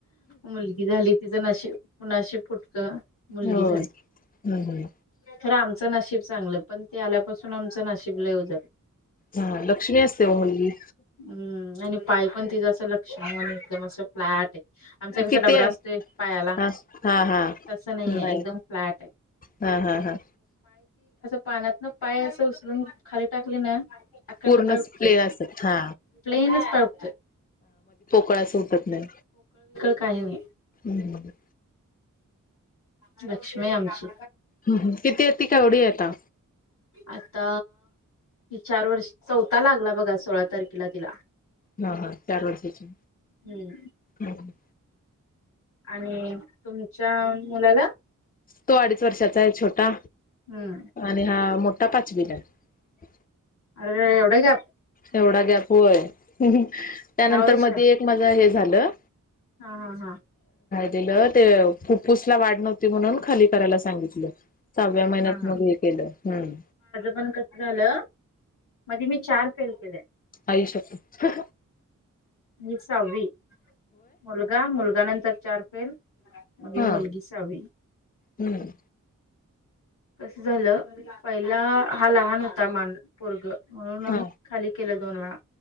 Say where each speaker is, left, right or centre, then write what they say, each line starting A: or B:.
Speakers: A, on the left; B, on the left.
A: मुलगी झाली ति ज नशीब पुनाश फुटक मुलगी
B: होय
A: झाली
B: हम्म हम्म
A: तर आमच नाशब चांगलं पण ते आल्यापासून आमचं नाशिब ल येऊ जात.
B: हा लक्ष्मी असतेव मुलली
A: हम्म आणि पाय पण तिझं असं लक्षण आहे, आणि एकदम असं फ्लॅट आहे आमचा कसा
B: किती
A: डबरा
B: आहे
A: असतोय पायाला
B: हा हा हा
A: तसं नाहीये
B: नाही
A: एकदम फ्लॅट आहे.
B: हा हा ह
A: पाण्यातन पाय असं उचलून खाली टाकली ना अखंड
B: पूर्णच
A: पाय उठतोय.
B: प्लेन असतात हा
A: प्लेनस पाय उडतोय
B: कळा उटत नाही.
A: काही नाही.
B: ह्.
A: लक्ष्मी आहे आमची.
B: ह किती ती कावढ आता
A: आता हि चार वर्ष चौथा लागला बघा सोळा तारखेला तिला
B: हा हा चार वर्षची
A: हम्म.
B: हम
A: आणि तुमच्या मुलाला
B: तो अडीच वर्षाचा आहे छोटा
A: हम्म
B: आणि हा मोठा पाचवीला आहे.
A: अरेे एवढा गॅप
B: एवढा गॅप होय, त्यानंतर
A: दहा वर्ष
B: मध्ये एक माझं हे झालं.
A: हा हा हा.
B: दिलं ते फुप्फुसला वाढ नव्हती, म्हणून खाली करायला सांगितलं. सहाव्या महिन्यात
A: ह
B: मग हे केलं हम्म
A: पण कस झालं मध्ये मी चार फेल आहे
B: आयुष्यात.
A: एक सहावी मुलगा मुलगा नंतर चार फेल मगे
B: हा
A: मुलगी सावी...
B: हम्म
A: कस झालं पहिला हा लहान होता माझं पोरग.. म्हणून आम्ही
B: हा
A: खाली केलं दोन वेळा